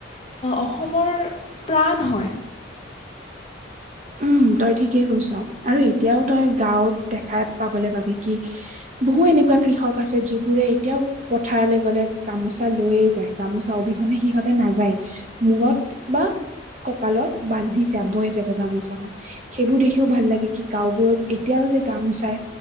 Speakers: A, on the left; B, on the right.
A: অসমৰ প্ৰাণ হয়।
B: উম, তই ঠিকেই কৈছ আৰু এতিয়াও তই গাঁৱত দেখাই পাবলৈ পাবি কি। বহু এনেকুৱা কৃষক আছে যিবোৰে এতিয়াও। পথাৰলৈ গ'লে গামোচা লৈয়ে যায়, গামোচা অবিহনে সিহঁতে নাযায়। মোৰত বা কঁকালত বান্ধি যাবয় যাব গামোচাখন। সেইবোৰ দেখিও ভাল লাগে, কি গাওবোৰত এতিয়াও যে গামুচাৰ।